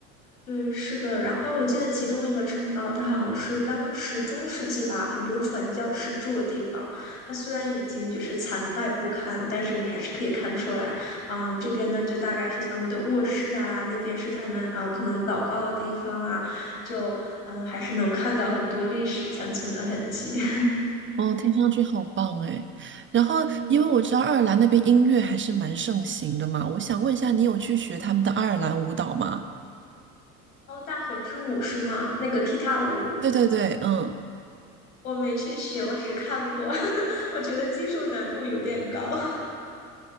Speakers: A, on the left; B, on the right.
A: 对，是的。然后我记得其中一个城堡，它好像是当时中世纪吧，很多传教士住的地方。它虽然已经就是残败不堪，但是你还是可以看出来，嗯，这边呢就大概是他们的卧室啊，那边是他们啊可能祷告的地方啊，就嗯、呃还是能看到很多历史残存的痕迹。<laughs>
B: 哦，听上去好棒哎。然后，
A: 嗯，
B: 因为我知道爱尔兰那边音乐还是蛮盛行的嘛，我想问一下，你有去学他们的爱尔兰舞蹈吗？
A: 哦，大河之舞是吗？那个踢踏舞
B: 对对对，嗯。
A: 我没去学，我只看过，<laughs> 我觉得技术难度有点高。